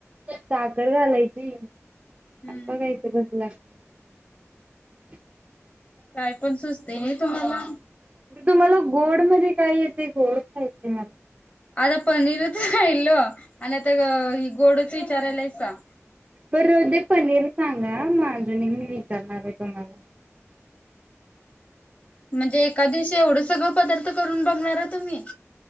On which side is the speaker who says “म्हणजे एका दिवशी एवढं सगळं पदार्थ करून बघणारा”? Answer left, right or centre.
Left